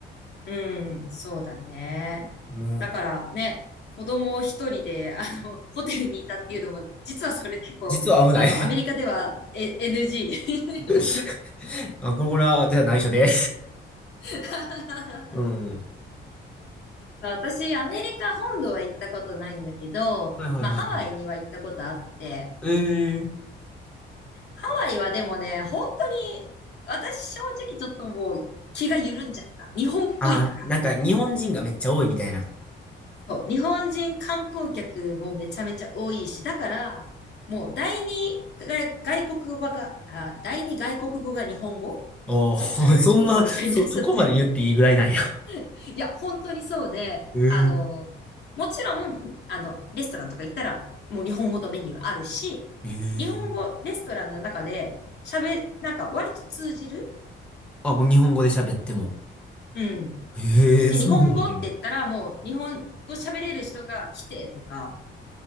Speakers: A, on the left (about 60°); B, in the centre.
A: うん、そうだね。
B: もう、
A: だからね、子供一人で、あの、<laughs> ホテルにいたっていうのも、実はそれ結構、
B: 実は危ない
A: あの、アメリカでは、え、NG。
B: <laughs> あ、これ、これは、じゃあ内緒で
A: <laughs>
B: <laughs> うん。
A: 私、アメリカ本土は行ったことないんだけど、
B: はいはいはいはい。
A: まあ、ハワイには行ったことあって、
B: えー。
A: ハワイはでもね、本当に、私正直ちょっともう気が緩んじゃった。日本っぽいから。
B: あ、なんか日本人がめっちゃ多いみたいな。
A: そう、日本人観光客もめちゃめちゃ多いし、だから、もう第二外外国語が、あ、第二外国語が日本語
B: おー、
A: ちょっと早口言葉みたいになっちゃって。
B: <laughs> そんな、そ、そこまで言っていいぐらいなんや。
A: <laughs> いや、本当にそうで、
B: <laughs> えー。
A: あの、もちろん、あの、レストランとか行ったら、もう日本語のメニューあるし、
B: え
A: 日本語、
B: ー。
A: レストランの中で喋、なんか割と通じる
B: あ、もう日本語で喋っても。
A: うん。
B: ええ、
A: で、
B: そうなんや。
A: 日本語って言ったら、もう日本語喋れる人が来てとか、